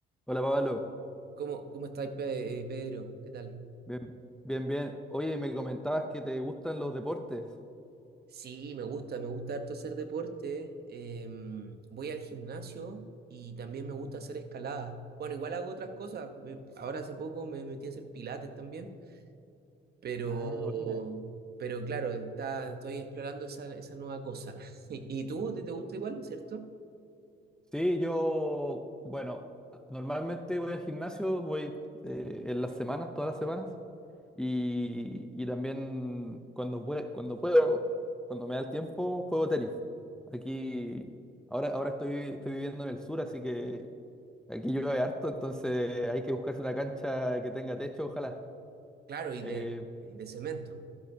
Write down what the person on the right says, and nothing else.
¿Cómo, cómo estáis, Pe- eh, Pedro? ¿Qué tal?
Sí, me gusta, me gusta harto hacer deporte. em, voy al gimnasio y también me gusta hacer escalada. Bueno, igual hago otras cosas. me- ahora hace poco me metí a hacer pilates también, pero,
pero claro, está, estoy explorando esa, esa nueva cosa. <laughs> ¿Y tú? ¿Te, te gusta igual, cierto?
Claro, y
de, de cemento.